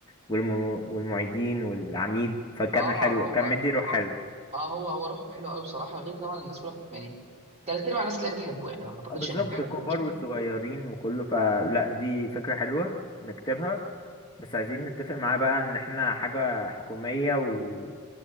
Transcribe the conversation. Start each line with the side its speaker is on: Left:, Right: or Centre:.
Left: والم... والمعيدين والعميد فكان
Right: اه
Left: حلوه
Right: هو
Left: كان مدي روح
Right: اه
Left: حلو
Right: آه، هو هو روحه حلوه قوي بصراحه غير طبعا الناس كلها يعني تلات ارباع الناس اللي بتحبه يعني ما اعتقدش
Left: اه بالظبط
Right: ان في حد
Left: الكبار
Right: مش بيحبه.
Left: والصغيرين وكله فلا دي فكره حلوه نكتبها بس عايزين نتفق معاه بقى ان احنا حاجه حكوميه و...